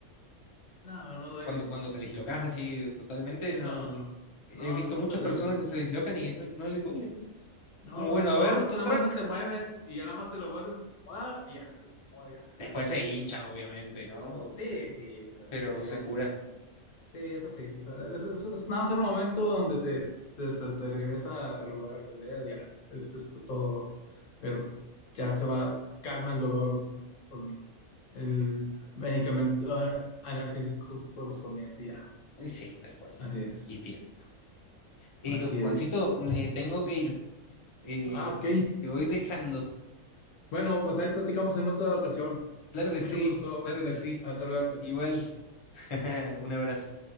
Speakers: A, on the left; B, on the left.
A: No, no duele.
B: cuando, cuando te dislocas así totalmente. No,
A: No,
B: he
A: no,
B: visto
A: no
B: muchas
A: te
B: personas
A: duele.
B: que se dislocan y que no, no les duele.
A: No,
B: Como bueno, a
A: no,
B: ver,
A: es que nada
B: track.
A: más se te mueven y ya nada más te lo vuelves a acomodar y ya, se acomoda, ya,
B: Después
A: ya, ya
B: se
A: no
B: hincha,
A: tienes.
B: obviamente, ¿no?
A: Sí,
B: Pe-
A: sí, o sea,
B: Pero
A: pero ya.
B: se cura.
A: Sí, eso sí. o sea, eso- eso es, nada más el momento donde te, te, se te regresa al lugar, el dedo, ya, es, es todo. Pero ya se va, se calma el dolor con el medicamento analgésico correspondiente, ya.
B: Eh, Sí, tal cual.
A: Así es,
B: Y bien. Eh,
A: así
B: Juancito,
A: es.
B: me tengo que ir. Eh,
A: Ah, ok.
B: te voy dejando.
A: Bueno, pues ahí platicamos en otra ocasión.
B: Claro que
A: Mucho
B: sí,
A: gusto
B: claro
A: verte,
B: que sí.
A: a saludarte.
B: Igual. <laughs> Un abrazo.